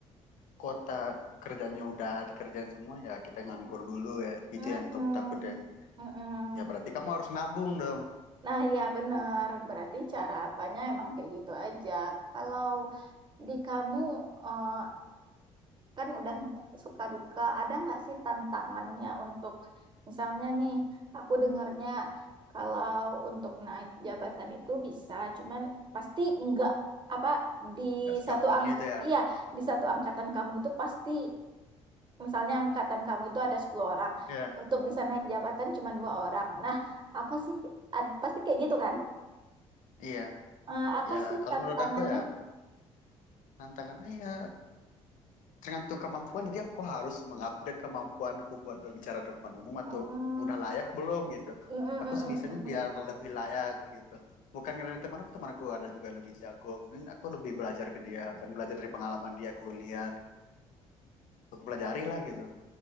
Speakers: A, on the left (about 55°); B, on the right (about 30°).
A: kota kerjanya udah dikerjain semua ya kita nganggur dulu ya.
B: Mm-mm.
A: Itu yang takut takut ya.
B: Mm-mm.
A: Ya berarti kamu harus nabung dong.
B: Nah, ya benar. Berarti cara apanya emang kayak gitu aja. Kalau di kamu eh, kan udah suka duka, ada nggak sih tantangannya untuk misalnya nih, aku dengarnya kalau untuk naik jabatan itu bisa, cuman pasti nggak apa di
A: Gak segampang
B: satu angk
A: itu ya.
B: iya di satu angkatan kamu itu pasti misalnya angkatan kamu itu ada 10 orang,
A: Iya.
B: untuk bisa naik jabatan cuma dua orang. Nah, apa sih? ad- pasti kayak gitu kan?
A: Iya.
B: Eh, apa
A: Ya
B: sih
A: kalau
B: tantangannya?
A: menurut aku ya tantangannya ya tergantung kemampuan jadi aku harus mengupgrade kemampuanku buat berbicara di depan umum atau
B: Hmm,
A: udah layak belum gitu
B: mm, mm,
A: aku
B: mm,
A: sebisanya
B: mm, mm, mm.
A: biar lebih layak gitu bukan karena teman aku teman aku ada juga lebih jago mungkin aku lebih belajar ke dia kan belajar dari pengalaman dia aku lihat aku pelajari lah gitu